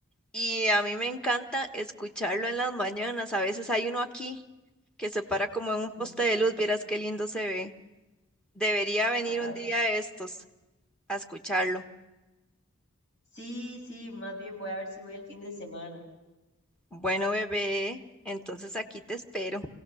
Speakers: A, in the centre; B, on the left.
A: Y a mí me encanta escucharlo en las mañanas. A veces hay uno aquí que se para como en
B: Sí.
A: un poste de luz. Vieras qué lindo se ve. Debería venir
B: Ay,
A: un día de estos a escucharlo.
B: sí, sí, más bien voy a ver si voy el fin de semana.
A: Bueno, bebé, entonces aquí te espero.